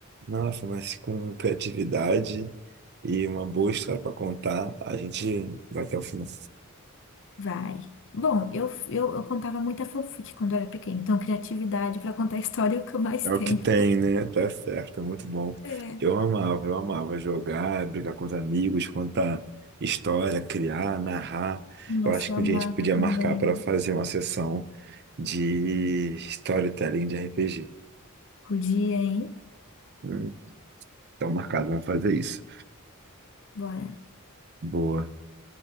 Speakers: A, on the right (about 50°); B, on the left (about 60°).
A: nossa, mas com criatividade e uma boa história pra contar, a gente vai até o final.
B: vai. Bom, eu, eu, eu contava muita fanfic quando eu era pequena. Então, criatividade pra contar história é o que eu mais
A: É
B: tenho.
A: o que tem, né? Tá certo, é muito bom.
B: É.
A: Eu amava, eu amava jogar, brigar com os amigos, contar história, criar, narrar.
B: Nossa,
A: Eu acho que
B: eu amava
A: um dia a gente podia
B: também.
A: marcar para fazer uma sessão de storytelling de RPG.
B: Podia, hein?
A: Hum, Então, marcado, vamos fazer isso.
B: Bora.
A: Boa.